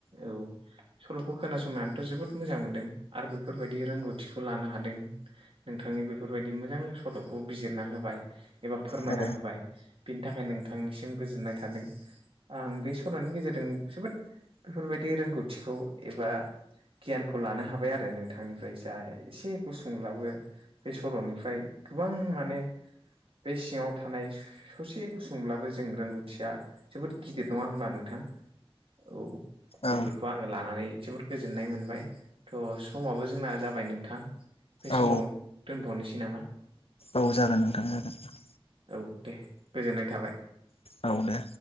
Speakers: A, on the right; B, on the left.
A: औ सल'खौ खोनासंनानैथ' जोबोद मोजां मोनदों आरो बेफोरबायदि रोंगौथिखौ लानो हादों नोंथांनि बेफोरबायदि मोजां सल'खौ बिजिरना होबाय एबा फोरमायना
B: औ
A: होबाय बिनि थाखाय नोंथांनिसिम गोजोननाय थादों आं बे सल'नि गेजेरजों जोबोद बेफोरबायदि रोंगौथिखौ एबा गियानखौ लानो हाबाय आरो नोंथांनिफ्राय जा एसे गुसुंब्लाबो बे सल'निफ्राय गोबां माने बे सिङाव थानाय ससे गुसुं ब्लाबो जों रोंगौथिया जोबोद गिदिर नङा होनोमब्ला नोंथां औ बेफोरखौ
B: औ
A: आङो लानानै जोबोद गोजोननाय मोनबाय थह समाबो जोंना जाबाय नोंथां बे समाव
B: औ
A: दोनथ'नोसै नामा
B: औ जागोन नोंथां जागोन
A: औ दे गोजोननाय थाबाय
B: जागोन औ दे